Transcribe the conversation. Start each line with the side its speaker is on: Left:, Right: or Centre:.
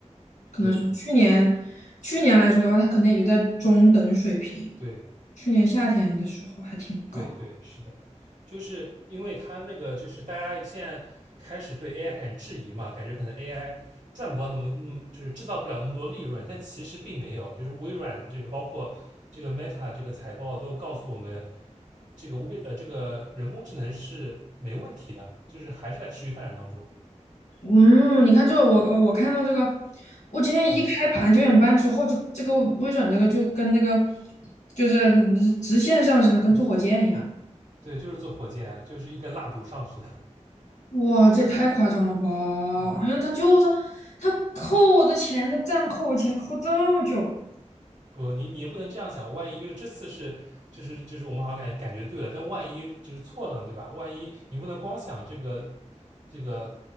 Left: 可能是去年去年来说的话，
Right: 对
Left: 它可能也就在中等水平，
Right: 对，
Left: 去年夏天的时候还挺高。
Right: 对对，是的，就是因为他那个，就是大家现在开始对 AI 开始质疑嘛，感觉可能 AI 赚不到那么那么，就是制造不了那么多利润，但其实并没有。就是微软这个，包括这个 Meta 这个财报都告诉我们，这个微呃这个人工智能是没问题的，就是还是在持续发展当中。
Left: 嗯，你看这个，我呃我看到这个，我今天一开盘九点半之后，
Right: 嗯，
Left: 就这个微软这个就跟那个就是直直线上升，跟坐火箭一样。
Right: 对对，就是做火箭啊，就是一根蜡烛上去了。
Left: 哇，这也太夸张了吧！
Right: 嗯。
Left: 因为他就他他扣我的钱，他暂扣我钱扣这么久，
Right: 不，你你也不能这样想，万一就是这次是，就是就是我们好像感感觉对了，但万一就是错了，对吧？万一你不能光想这个这个